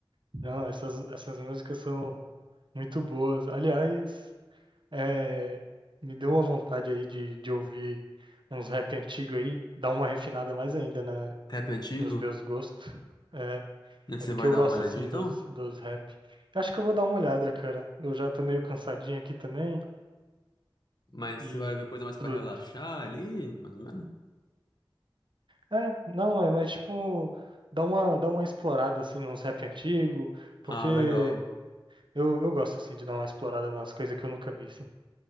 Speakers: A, on the right; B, on the left.
A: Não, essas, essas músicas são muito boas. Aliás, é, me deu uma vontade aí de, de ouvir uns rap antigo aí, dar uma refinada mais ainda na,
B: Rap antigo,
A: nos meus gostos. É,
B: né?
A: é
B: Você
A: porque
B: vai
A: eu
B: dar
A: gosto
B: uma olhadinha
A: assim
B: então?
A: dos, dos rap. Eu Acho que eu vou dar uma olhada, cara. Eu já tô meio cansadinho aqui também
B: Mas
A: e
B: você vai ouvir coisa mais
A: tudo.
B: pra relaxar ali, mais ou menos?
A: É, não, é, mas tipo, dá uma, dá uma explorada assim nos rap antigo, porque
B: Ah, legal.
A: eu, eu gosto assim de dar uma explorada nas coisas que eu nunca vi, assim.